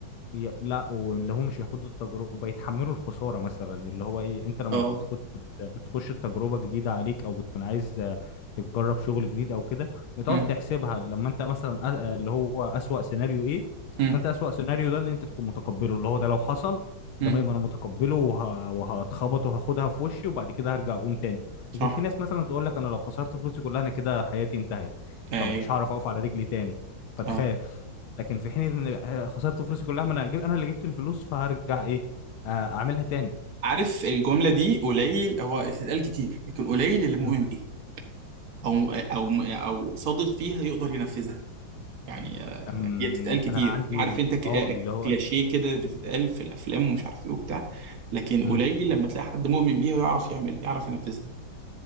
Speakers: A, on the left; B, on the right.
A: ي- لا واللي هم مش ياخدوا التجربة يتحملوا الخسارة مثلا اللي هو ايه انت لما
B: اه
A: بتخد بت- بتخش تجربة جديدة عليك او بتكون عايز آه، تجرب شغل جديد او كده بتقعد
B: مم،
A: تحسبها لما انت مثلا أ- آه، اللي هو أسوأ سيناريو ايه
B: مم،
A: فانت أسوأ سيناريو ده اللي انت تكون متقبله اللي هو ده لو حصل
B: مم.
A: تمام انا متقبله وه... وهتخبط وهاخدها في وشي وبعد كده هرجع اقوم تاني
B: صح
A: لكن في ناس مثلا تقول لك انا لو خسرت فلوسي كلها انا كده حياتي انتهت
B: ايوه
A: فمش هعرف اقف على رجلي تاني فتخاف
B: اه
A: لكن في حين ان خسرت فلوسي كلها ما انا جب... انا اللي جبت الفلوس فهرجع ايه آه، اعملها تاني
B: عارف الجمله دي قليل هو تتقال كتير لكن قليل اللي مؤمن
A: مم.
B: بيها او او او صادق فيها يقدر ينفذها يعني آه،
A: أم...
B: هي بتتقال كتير
A: انا عندي
B: عارف انت ك- آه،
A: اه اللي هو
B: كلاشيه كده بتتقال في الافلام ومش عارف ايه وبتاع لكن
A: مم.
B: قليل لما تلاقي حد مؤمن بيها ويعرف يعمل يعرف ينفذها